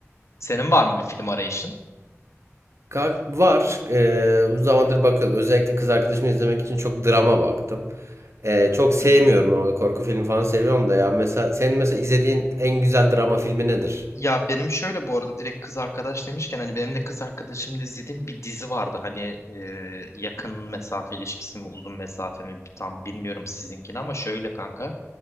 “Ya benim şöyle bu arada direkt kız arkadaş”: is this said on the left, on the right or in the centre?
Left